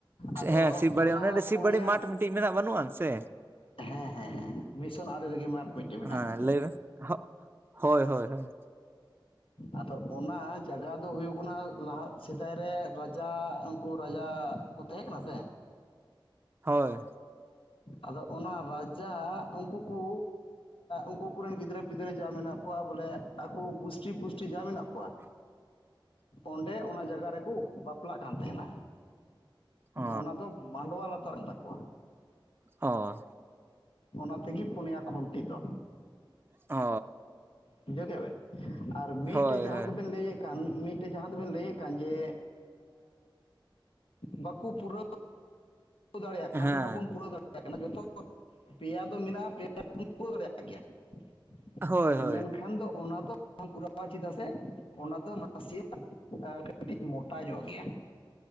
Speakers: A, on the left; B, on the right.
A: ᱟᱫᱚ
B: ᱦᱮᱸ ᱥᱤᱵᱽ ᱵᱟᱹᱲᱤ,
A: ᱚᱱᱟ
B: ᱚᱱᱮ ᱚᱰᱮ ᱥᱤᱵᱽ
A: ᱯᱩᱱᱭᱟ
B: ᱵᱟᱹᱲᱤ ᱢᱟᱴᱼᱼ <unintelligible> ᱢᱮᱱᱟᱜ ᱵᱟᱹᱱᱩᱜ ᱟᱱ ᱥᱮ᱾
A: ᱦᱮᱸ, ᱦᱮᱸ, ᱦᱮᱸ ᱢᱤᱥᱚᱱ ᱟᱲᱮ ᱨᱮᱜᱮ <unintelligible> ᱢᱤᱫᱴᱮᱱ ᱢᱮᱱᱟᱜᱼᱟ᱾
B: ᱦᱮᱸ ᱞᱟᱹᱭ ᱵᱮᱱ᱾ ᱦᱚᱜ ᱦᱳᱭ, ᱦᱳᱭ, ᱦᱳᱭ᱾
A: ᱟᱫᱚ ᱚᱱᱟ ᱡᱟᱜᱟ ᱫᱚ ᱦᱩᱭᱩᱜ ᱠᱟᱱᱟᱼᱼ ᱞᱟᱦᱟᱜ, ᱥᱮᱫᱟᱭ ᱨᱮ ᱨᱟᱡᱟ ᱩᱱᱠᱩ ᱨᱟᱡᱟ ᱠᱚ ᱛᱟᱦᱮᱸ ᱠᱟᱱᱟ ᱥᱮ᱾
B: ᱦᱳᱭ
A: ᱟᱫᱚ ᱚᱱᱟ ᱨᱟᱡᱟ ᱩᱱᱠᱩ ᱠᱩ, ᱩᱱᱠᱩ ᱠᱚᱨᱮᱱ ᱜᱤᱫᱽᱨᱟᱹ ᱯᱤᱫᱽᱨᱟᱹ ᱡᱟ ᱢᱮᱱᱟᱜ ᱠᱚᱣᱟ ᱵᱚᱞᱮᱼᱼ ᱟᱠᱩ ᱜᱩᱥᱴᱤ ᱯᱩᱥᱴᱤ ᱡᱟ ᱢᱮᱱᱟᱜ ᱠᱚᱣᱟ᱾
B: <inaudible>
A: ᱚᱸᱰᱮ ᱚᱱᱟ ᱡᱟᱭᱜᱟ ᱨᱮᱠᱚ ᱵᱟᱯᱞᱟᱜ ᱠᱟᱱ ᱛᱟᱦᱮᱱᱟ᱾
B: ᱚ
A: ᱚᱱᱟ ᱫᱚᱼᱼ ᱢᱟᱰᱣᱟ ᱞᱟᱛᱟᱨ ᱛᱟᱠᱚᱣᱟ᱾
B: ᱚ
A: ᱚᱱᱟ ᱛᱮᱜᱮ ᱯᱩᱱᱭᱟ ᱠᱷᱩᱱᱴᱤ ᱫᱚ᱾
B: ᱚ
A: ᱵᱩᱡᱷᱟᱹᱣ ᱠᱮᱜᱟ ᱵᱮᱱ, ᱟᱨ ᱢᱤᱫᱴᱮᱡ
B: ᱦᱳᱭ
A: ᱡᱟᱦᱟᱸ
B: ᱦᱳᱭ
A: ᱫᱚᱵᱮᱱ ᱞᱟᱹᱭᱮᱫᱼᱼ ᱠᱟᱱ ᱾ ᱢᱤᱫᱴᱮᱡ ᱡᱟᱦᱟᱸ ᱫᱚᱵᱮᱱ ᱞᱟᱹᱭᱮᱫ ᱠᱟᱱ ᱡᱮ, ᱵᱟᱠᱚ ᱯᱩᱨᱟᱹᱣ ᱠᱟᱱᱼᱼ ᱯᱩᱨᱟᱹᱣ ᱫᱟᱲᱮᱭᱟᱜ ᱠᱟᱱᱟ
B: ᱦᱮᱸ
A: ᱥᱮ ᱵᱟᱵᱚᱱ ᱯᱩᱨᱟᱹᱣ ᱫᱟᱲᱮᱭᱟᱜ ᱠᱟᱱᱟ᱾ ᱡᱚᱛᱚ ᱯᱮᱭᱟ ᱫᱚ ᱢᱮᱱᱟᱜᱼᱟ ᱯᱮᱭᱟ ᱵᱚᱱ ᱯᱩᱨᱟᱹᱣ ᱫᱟᱲᱮᱭᱟᱜ ᱠᱟᱱᱟ᱾ <unintelligible>
B: ᱦᱳᱭ ᱦᱳᱭ
A: ᱢᱮᱱᱠᱷᱟᱱ ᱫᱚ ᱚᱱᱟ ᱫᱚᱼᱼ ᱵᱟᱝ ᱯᱩᱨᱟᱹᱣᱟ ᱪᱮᱫᱟᱜ ᱥᱮ, ᱚᱱᱟ ᱫᱚ ᱱᱟᱥᱮᱭᱟᱜ ᱠᱟᱹᱴᱤᱡ ᱢᱚᱴᱟ ᱧᱚᱜ ᱜᱮᱭᱟ᱾